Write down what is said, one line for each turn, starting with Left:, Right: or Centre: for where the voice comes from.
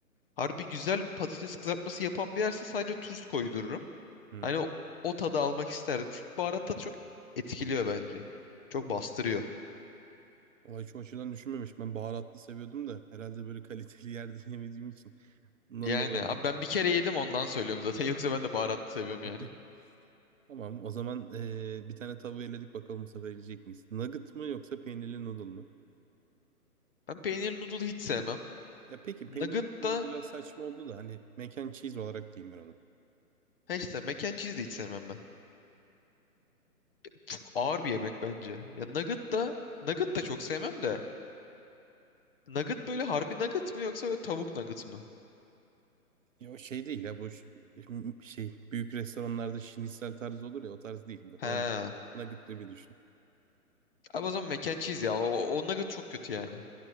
Left: Harbi güzel patates kızartması yapan bir yerse sadece tuz koydururum.
Right: Hı.
Left: Hani o, o tadı almak isterdim. Çünkü baharat tadı çok etkiliyor bence. Çok bastırıyor.
Right: Vay şu açıdan düşünmemiş. Ben baharatlı seviyordum da herhalde böyle kaliteli yerde <laughs> yemediğim için. Bundan
Left: Yani
Right: da olabilir.
Left: abi ben bir kere yedim ondan söylüyorum zaten. <laughs> Yoksa ben de baharatlı seviyorum yani.
Right: <laughs> Tamam o zaman ee, bir tane tavuğu eledik bakalım bu sefer yiyecek miyiz? Nugget mı yoksa peynirli noodle mu?
Left: Ben peynirli noodle hiç sevmem.
Right: Ya peki peynirli
Left: Nugget
Right: noodle'ı
Left: da
Right: biraz saçma oldu da hani mac and cheese olarak diyeyim ben onu.
Left: ha işte mac and cheese de hiç sevmem ben. Çok ağır bir yemek bence. Ya nugget da nugget da çok sevmem de. Nugget böyle harbi nugget mı yoksa böyle tavuk nugget mı?
Right: Ya o şey değil ya bu ş- şey büyük restoranlarda şinisel tarzı olur ya o tarz değil.
Left: He.
Right: Normal nugget gibi düşün.
Left: Abi o zaman mac and cheese ya. O, o nugget çok kötü yani.